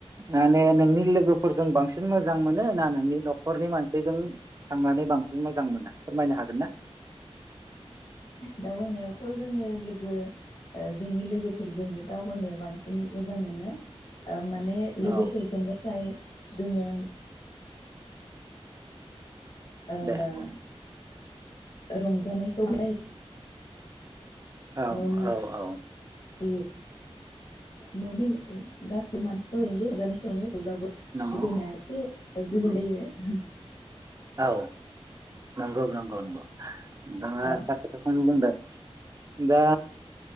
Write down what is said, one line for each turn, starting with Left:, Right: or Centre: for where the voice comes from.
Right: माने नोंनि लोगोफोरजों बांसिन मोजां मोनो ना नोंनि नखरनि मानसिजों थांनानै बांसिन मोजां मोनो फोरमायनो हागोन ना
Left: दावबायनायावथ जोङो लोगो ओ जोंनि लोगोफोरजोंनो दावबायनो बांसिन मोजां मोनो आ माने लोगोफोरजोंबाथाय
Right: औ
Left: जोङो ओ <unintelligible>
Right: दे बुं
Left: रंजानायखौ <unintelligible>
Right: औ
Left: न'नि
Right: औ औ
Left: <unintelligible> ननि गासै मानसिफोर रंजानायखौनो।
Right: नंगौ नंगौ
Left: <unintelligible>
Right: औ नोंगौ नोंगौ नोंगौ। <inaudible> नोंथाङा
Left: औ
Right: थार खोथाखौनो बुंदों। <inaudible> दा